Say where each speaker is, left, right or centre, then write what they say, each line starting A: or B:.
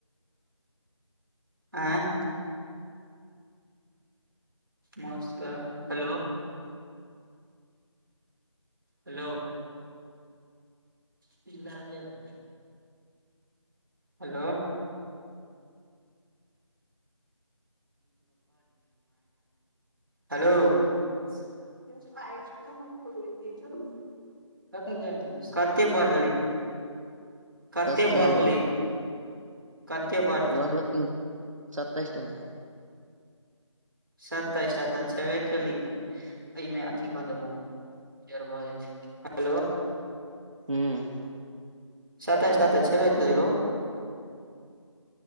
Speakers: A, on the right; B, on the right.
A: आँय मौस लऽ हेलो हेलो <unintelligible> हेलो हेलो <inaudible> <inaudible> कते बढ़ले कते
B: सब्सक्राइबर
A: बढ़ले कते बऽ
B: बरखिन सताइस टा ओ
A: सत्तइस छबे केली कन एहिमे अथी कऽ देबौ किलियर भऽ जेते हेलो
B: हुँ
A: सत्ताइस टा तऽ छबे करे रउ